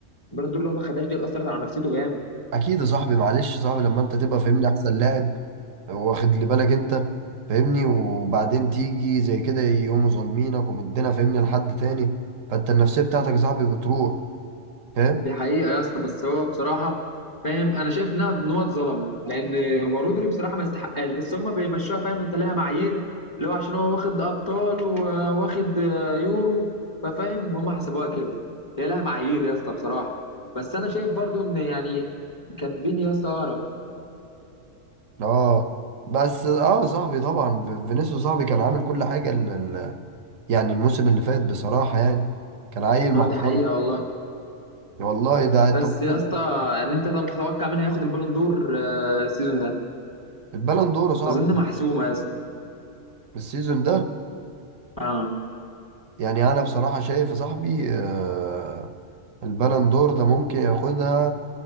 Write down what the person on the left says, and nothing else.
البالون دور لو ما خدهاش دي اللي اثرت على نفسيته جامد
دي حقيقة يا اسطى بس هو بصراحة فاهم أنا شايف إنها إن هو اتظلم لأن هو رودري بصراحة ما يستحقهاش بس هما بيمشوها فاهم أنت ليها معايير اللي هو عشان هو واخد أبطال وواخد آه، يورو ففاهم هما حسبوها كده هي لها معايير يا اسطى بصراحة بس أنا شايف برضو إن يعني كان فيني يا اسطى أقرب
أه دي
حقيقة والله
بس
يا اسطى إن أنت طب تتوقع مين هياخد البالون دور آه، السيزون ده
أظن محسومة يا اسطى
أه